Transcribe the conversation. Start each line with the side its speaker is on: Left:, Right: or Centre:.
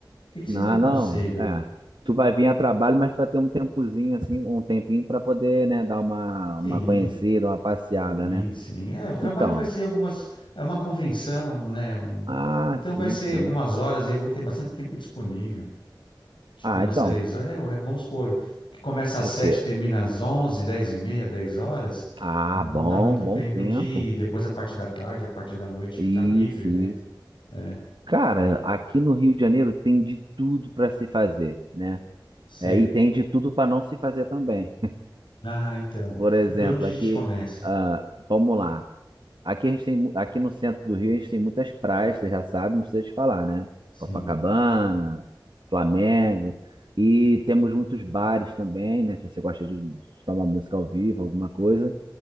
Left: que que
Right: Não,
Left: você me aconselha?
Right: não, é. Tu vai vir a trabalho, mas tu vai ter um tempozinho assim, um tempinho para poder, né, dar uma,
Left: Sim.
Right: uma conhecida, uma passeada,
Left: Sim,
Right: né?
Left: sim. É, o trabalho
Right: Então,
Left: vai ser algumas, é uma convenção, né? Um-
Right: ah,
Left: então
Right: sim,
Left: vai ser
Right: sim.
Left: algumas horas e eu vou ter bastante tempo disponível, tipo
Right: Ah,
Left: umas
Right: então,
Left: três horas. É, o re- vamos supor que começa às
Right: o
Left: sete,
Right: quê?
Left: termina às onze, dez e meia, dez horas.
Right: Ah,
Left: Então
Right: bom,
Left: dá muito
Right: bom
Left: tempo
Right: tempo.
Left: de depois a parte da tarde, a parte da noite fica
Right: Isso,
Left: livre, né?
Right: isso.
Left: É,
Right: Cara, aqui no Rio de Janeiro tem de tudo para se fazer, né?
Left: sei.
Right: É, e tem de tudo para não se fazer também.
Left: Ah, então.
Right: Por exemplo,
Left: E por onde a
Right: aqui,
Left: gente começa?
Right: ah, vamos lá. Aqui a gente tem, mu- aqui no centro do Rio a gente tem muitas praias, você já sabe, não precisa te falar, né?
Left: Sim.
Right: Copacabana, Flamengo, e temos muitos bares também, né? Se você gosta de escutar uma música ao vivo, alguma coisa.